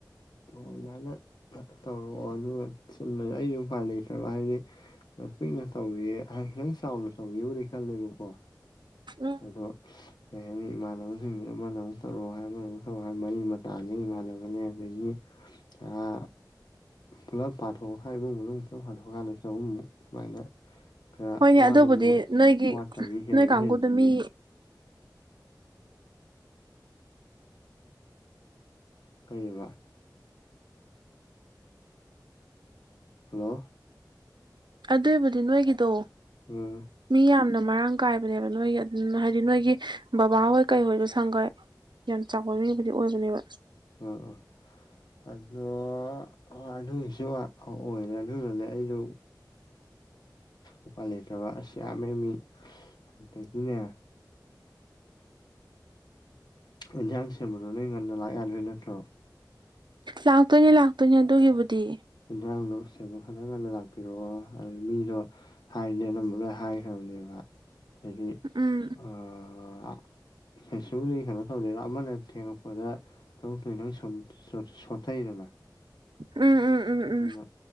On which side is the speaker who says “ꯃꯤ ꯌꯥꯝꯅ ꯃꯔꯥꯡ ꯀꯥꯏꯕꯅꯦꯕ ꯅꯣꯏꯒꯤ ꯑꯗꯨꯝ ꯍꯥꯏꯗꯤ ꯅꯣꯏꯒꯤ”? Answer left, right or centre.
Right